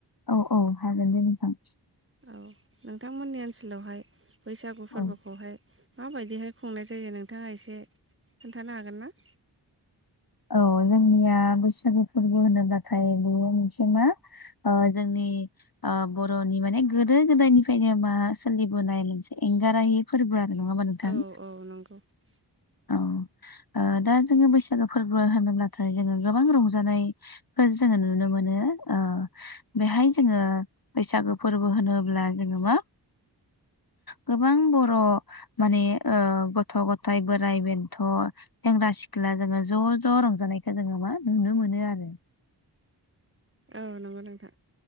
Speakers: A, on the left; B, on the right.
A: औ औ हागोन दे नोंथां।
B: औ नोंथांमोननि ओनसोलावहाय बैसागु फोरबोखौहाय
A: औ
B: माबायदिहाय खुंनाय जायो नोंथाङा एसे खिन्थानो हागोन ना?
A: औ जोंनिया बैसागो फोरबो होनोब्लाथाय बे मोनसे मा ओ जोंनि ओ बर'नि माने गोदो गोदायनिफ्रायनो मा सोलिबोनाय मोनसे एंगारहायि फोरबो आरो नङाबा नोंथां।
B: औ औ नंगौ। <inaudible>
A: औ ओ दा जोङो बैसागो फोरबो होनोब्लाथाय जोङो गोबां रंजानाय फो जोङो नुनो मोनो। ओ बेहाय जोङो बैसागो फोरबो होनोब्ला जोङो मा गोबां बर' माने ओ गथ' गथाय बोराय बेन्थ' सेंग्रा सिख्ला जोङो ज' ज' रंजानायखौ जोङो मा नुनो मोनो आरो।
B: औ नोंगौ नोंथां।